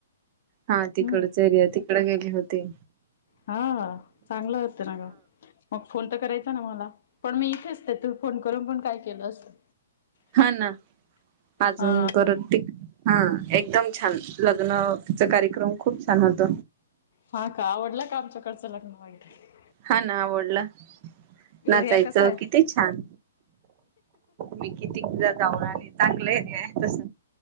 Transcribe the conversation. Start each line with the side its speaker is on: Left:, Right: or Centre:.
Right: हा तिकडचरया
Left: हम्म
Right: तिकड गेली होती
Left: हा चांगलं होतं ना ग मग फोन तर करायचा ना मला पण मी इथेच ते तू फोन करून पण काय केलं असतं
Right: हा ना अजून
Left: हा
Right: परत हा एकदम छान लग्नचा कार्यक्रम खूप छान होत
Left: हा का आवडलं का आमच्याकडचं लग्न वगैरे
Right: हा ना आवडला नाचायचं
Left: एरिया कसा आहे
Right: किती छान मी कितीिकदा जाऊ आणि चांगलं एरिया आहे तस